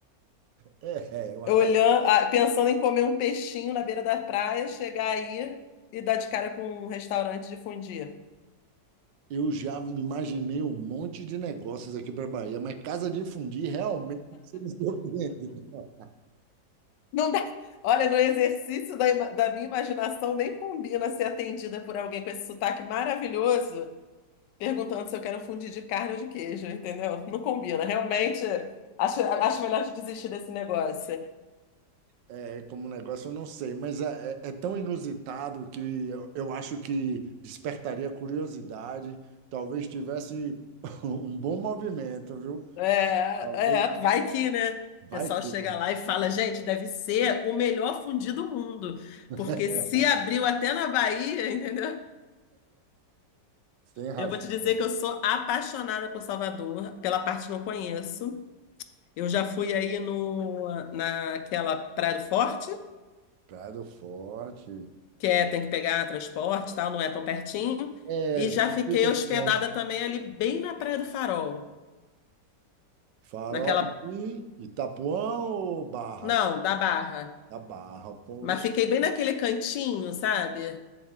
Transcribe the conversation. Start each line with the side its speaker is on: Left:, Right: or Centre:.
Right: É, é uma
Left: olhando,
Right: cara.
Left: ah, pensando em comer um peixinho na beira da praia, chegar aí e dar de cara com um restaurante de fundir.
Right: Eu já me imaginei um monte de negócios aqui para Bahia, mas casa de fundir realmente <laughs> você me surpreendeu.
Left: Não dá. Olha, no exercício da, ima- da minha imaginação, nem combina ser atendida por alguém com esse sotaque maravilhoso. perguntando se eu quero fundir de carne ou de queijo, entendeu? Não combina. Realmente, acho, acho melhor de desistir desse negócio.
Right: É, como negócio eu não sei, mas é, é- é tão inusitado que eu, eu acho que despertaria curiosidade. Talvez tivesse <laughs> um bom movimento, viu?
Left: É,
Right: Talvez
Left: é, vai que, né?
Right: vai
Left: O pessoal
Right: que.
Left: chega lá e fala, gente, deve ser o melhor fundi do mundo,
Right: <laughs>
Left: porque se abriu até na Bahia, <laughs> entendeu?
Right: Tem razão.
Left: Eu vou te dizer que eu sou apaixonada por Salvador, pela parte que eu conheço. Eu já fui aí no, naquela Praia do Forte,
Right: Prado Forte.
Left: que é, tem que pegar transporte, e tal, não é tão pertinho.
Right: É,
Left: E
Right: 50
Left: já fiquei hospedada
Right: quilômetros.
Left: também ali bem na Praia do Farol,
Right: Farol
Left: naquela,
Right: de Itapuã ou Barra?
Left: não, da Barra,
Right: Da Barra, poxa.
Left: mas fiquei bem naquele cantinho, sabe?